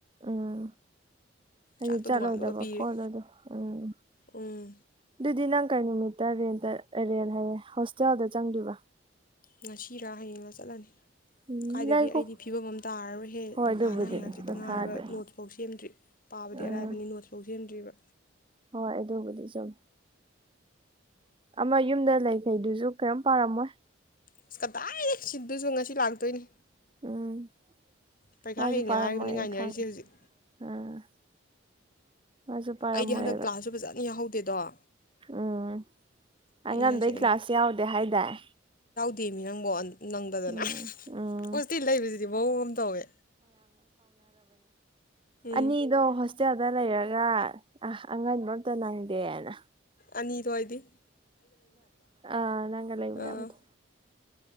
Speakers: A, on the right; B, on the left.
A: ꯑꯥ ꯍꯥꯏꯗꯤ
B: ꯆꯥꯛꯇꯣ
A: ꯆꯠꯂꯣꯏꯗꯕ
B: ꯅꯣꯡꯉꯥꯟꯕꯒ ꯄꯤꯔꯦ
A: ꯈꯣꯠꯂꯗ ꯎꯝ
B: ꯎꯝ
A: ꯑꯗꯨꯗꯤ ꯅꯪ ꯀꯩ ꯅꯨꯃꯤꯠ ꯇꯔꯦꯟꯗꯔꯦꯟ ꯍꯥꯏꯌꯦꯦ ꯍꯣꯁꯇꯦꯜꯗ ꯆꯪꯒꯤꯕ
B: ꯉꯁꯤꯔꯥ ꯍꯌꯦꯡꯡꯂ ꯆꯠꯂꯅꯤ
A: ꯎꯝ
B: ꯀꯥꯏꯏꯗꯒꯤ
A: ꯂꯩꯈꯣ
B: ꯑꯩꯗꯤ ꯐꯤꯕꯝ ꯑꯃ ꯇꯥꯔꯔꯣꯏ ꯍꯦ
A: ꯍꯣꯏ
B: ꯄꯔꯤꯈꯥꯅ
A: ꯑꯗꯨꯕꯨꯗꯤ
B: ꯍꯌꯦꯡꯥꯡꯆꯛꯇ
A: ꯄꯩꯈꯥꯗꯤ
B: ꯉꯥꯏꯔꯒ ꯅꯣꯠꯁꯐꯥꯎ ꯁꯦꯝꯗ꯭ꯔꯤ ꯄꯥꯕꯗꯤ
A: ꯎꯝ
B: ꯑꯔꯥꯏꯕꯅꯤ ꯅꯣꯠꯁꯐꯥꯎ ꯁꯦꯝꯗ꯭ꯔꯤꯕ
A: ꯍꯣꯏ ꯑꯗꯨꯕꯨꯗꯤ ꯆꯨꯝ ꯑꯃ ꯌꯨꯝꯗ ꯂꯩꯈꯩꯗꯨꯁꯨ ꯀꯔꯤꯝ ꯄꯥꯔꯝꯃꯣꯏ
B: ꯑꯁ ꯀꯗꯥꯏ ꯁꯤꯗꯨꯁꯨ ꯉꯁꯤ ꯂꯥꯛꯇꯣꯏꯅꯤ
A: ꯎꯝ
B: ꯄꯩꯈꯥ
A: ꯃꯥꯁꯨ
B: ꯍꯌꯦꯡꯅꯦ
A: ꯄꯥꯔꯝꯃꯣꯏ
B: ꯍꯥꯏꯔꯤꯕꯅꯤ ꯉꯥꯏꯅꯔꯤꯁꯦ
A: ꯑꯩ ꯈꯪꯉꯦ
B: ꯍꯧꯖꯤꯛ
A: ꯑꯥ ꯃꯥꯁꯨ ꯄꯥꯔꯝꯃꯣꯏꯕ
B: ꯑꯩꯗꯤ ꯍꯟꯗꯛ ꯀꯂ꯭ꯥꯁ ꯁꯨ ꯐꯖꯅ ꯌꯥꯍꯧꯗꯦ ꯠꯇꯗꯣ
A: ꯎꯝ ꯑꯉꯝꯕꯩ
B: ꯍꯥꯏꯁꯦ
A: ꯀ꯭ꯂꯥꯁ ꯌꯥꯎꯗꯦ ꯍꯥꯏꯗꯥꯏ
B: ꯗꯦꯃꯤ ꯅꯪꯕꯣ ꯅꯪꯗꯗꯅ
A: ꯎꯝ ꯎꯝ
B: ꯍꯧꯖꯤꯛꯇꯤ ꯂꯩꯕꯁꯤꯗꯤ ꯃꯑꯣꯡ ꯑꯃ ꯇꯧꯋꯦ ꯎꯝ
A: ꯑꯅꯤ ꯏꯣ ꯍꯁꯦ ꯗ ꯂꯩꯔꯒ ꯑ ꯑꯉꯟꯕ ꯑꯝꯇ ꯅꯪꯗꯦꯅ
B: ꯑꯅꯤꯔꯣꯏ ꯑꯣꯏꯗꯤ
A: ꯑ ꯅꯪꯒ ꯂꯩ
B: ꯑꯥ
A: ꯌꯥꯕꯗ